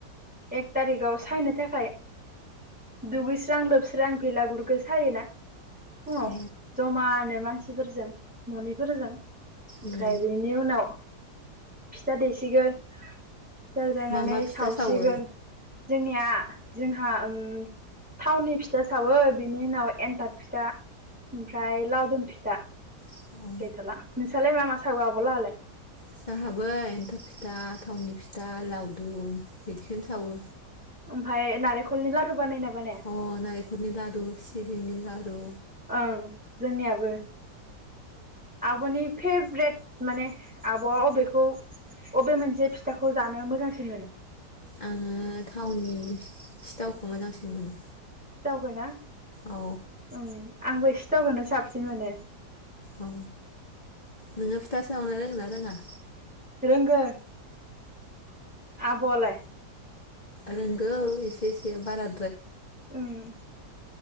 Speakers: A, in the centre; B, on the left.
A: एक थारिगाव सायनो थाखाय दुगैस्रां लोबस्रां बेलागुरखो सायोना फुङाव
B: अ
A: जमानो मानसिफोरजों ननिफोरजों ओमफ्राय
B: उम
A: बेनि उनाव फिथा देसिगोन। फिथा जानानै
B: मा मा फिथा
A: सावसिगोन
B: सावो
A: जोंनिया जोंहा ओम थावनि फिथा सावो बिनि उनाव एन्थाब फिथा ओमफ्राय लावदुम फिथा
B: अ
A: गैथला नोंसालाय मा मा सावो आबलाहालाय
B: जाहाबो एन्थाब फिथा थावनि फिथा लावदुम बिदिखोनो सावो
A: ओमफाय नारेखलनि लारु बानायोना बानाया
B: अ नारेखलनि लादु सि बिंनि लारु
A: ओं जोंनियाबो आबनि फेब्रेद माने आबआ अबेखौ अबे मोनसे फिथाखौ जानो मोजांसिन मोनो
B: आङो थावनि सिथावखौ मोजांसिन मोनो
A: सिथावखोना
B: औ
A: ओं आंबो सि सिथावखौनो साबसिन मोनो
B: अ नोङो फिथा सावनो रोङोना रोङा
A: रोंगो आबआलाय
B: रोंगौ एसे एसे बारा
A: ओं